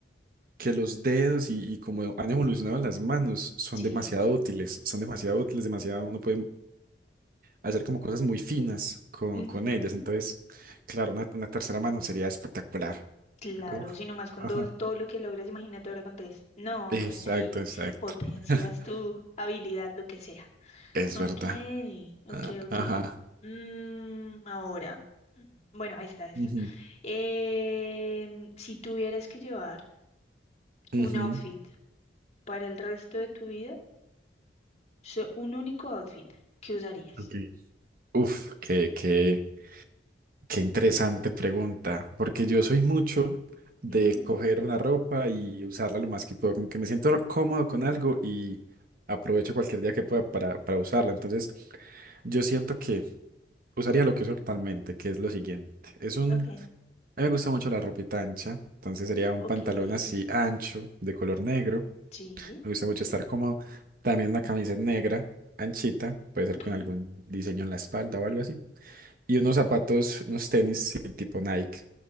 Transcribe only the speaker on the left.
sí.
Ujú.
Claro,
si más con
dos, todo lo que logras, imagínate ahora con tres. No,
pues ahí
potencias
tu habilidad, lo que sea.
Ok,
ok,
ok.
Mm, ahora, <clears throat> bueno, ahí está esa.
Em, si tuvieras que llevar
un outfit para el resto de tu vida, so- un único outfit, ¿qué usarías?
Ujú,
Ok,
ok,
sí,
ok.